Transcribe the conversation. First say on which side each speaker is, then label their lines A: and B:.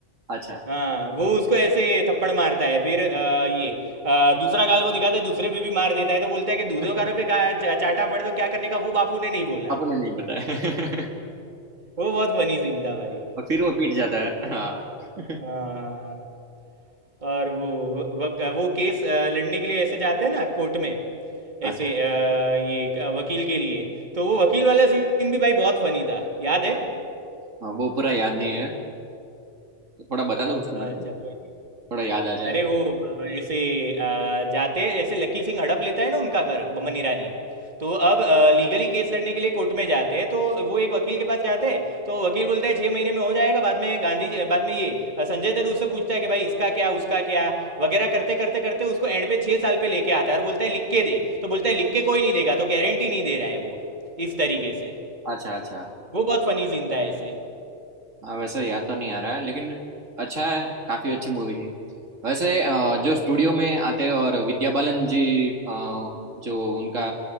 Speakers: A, on the right; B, on the right.
A: अच्छा
B: हाँ वो उसको ऐसे थप्पड़ मारता है फिर अ, ये अ, दूसरा गाल वो दिखाता है दूसरे पे भी मार देता है तो बोलता है कि दूधों
A: <laughs>
B: गारों पे गा- चा- चाटा पड़े तो क्या करने का वो बापू ने नहीं बोला
A: आपने नहीं बताया
B: वो बहुत फनी सीन था भाई
A: <laughs> और फिर वो
B: <laughs>
A: पीट जाता है हाँ <laughs>
B: हाँ और वो वो, वो केस अ, लड़ने के लिए ऐसे जाते हैं ना कोर्ट में
A: अच्छा
B: ऐसे अ, ये क- वकील के लिए तो वो वकील वाला सीन भी भाई बहुत फनी था याद है
A: हाँ वो पूरा याद नहीं है तो थोड़ा बता
B: आ, अच्छा
A: दो उसके बारे में
B: कोई नहीं।
A: थोड़ा याद आ जाए
B: अरे वो ऐसे अ, जाते ऐसे लकी सिंह हड़प लेता है ना उनका घर बमन ईरानी तो अब लीगली केस लड़ने के लिए कोर्ट में जाते हैं तो वो एक वकील के पास जाते हैं तो वकील बोलता है छः महीने में हो जाएगा बाद में गांधी जी बाद में ये अ, संजय दत्त उससे पूछता है कि भाई इसका क्या उसका क्या वगैरह करते करते करते उसको एंड पे छः साल पे लेके आता है और बोलता है लिख के दे तो बोलता है लिख के कोई नहीं देगा तो गारंटी नहीं दे रहा है वो इस तरीके से
A: अच्छा अच्छा
B: वो बहुत फनी सीन था ऐसे
A: हाँ वैसे याद तो नहीं आ रहा है लेकिन अच्छा है काफी अच्छी मूवी थी वैसे अ,
B: हाँ।
A: जो स्टूडियो में आते हैं और विद्या बालन जी अ, जो उनका